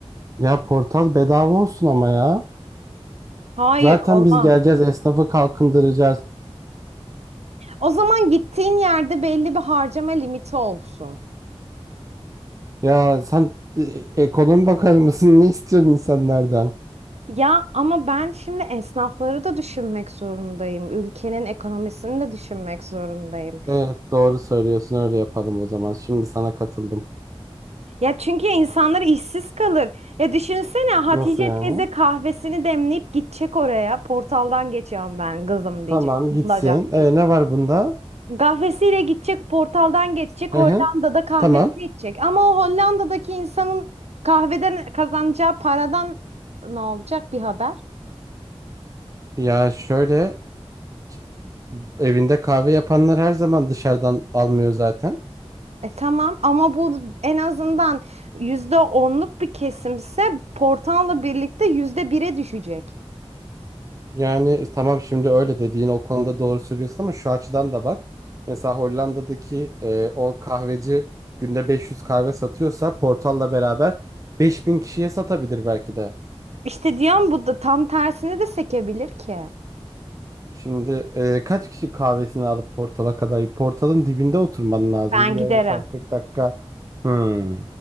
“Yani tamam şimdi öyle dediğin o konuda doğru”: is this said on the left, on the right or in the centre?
Right